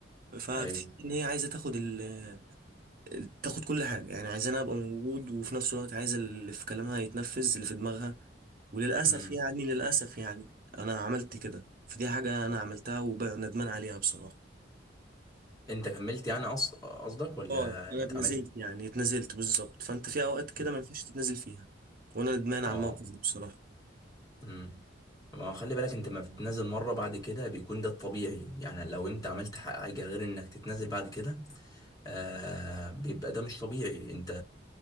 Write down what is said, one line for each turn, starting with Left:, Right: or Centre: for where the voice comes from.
Right: فاكتشفت
Left: ايوه
Right: ان هي عايزه تاخد ال تاخد كل حاجه يعني عايزاني ابقى موجود وفي نفس الوقت عايزه اللي في كلامها يتنفذ اللي في دماغها وللاسف
Left: امم
Right: يعني للاسف يعني انا عملت كده فدي حاجه انا عملتها وندمان عليها بصراحه
Left: انت كملت يعني أص- قصدك ولا
Right: اه انا
Left: انت
Right: اتنزلت
Left: عملت
Right: يعني اتنزلت بالظبط فانت في اوقات كده
Left: امم
Right: ما ينفعش تتنزل فيها وانا ندمان
Left: اه
Right: على الموقف ده بصراحه
Left: امم ما هو خلي بالك انت ما بتتنازل مرة بعد كده بيكون ده الطبيعي يعني لو انت عملت حاجة غير انك تتنازل بعد كده آه بيبقى ده مش طبيعي انت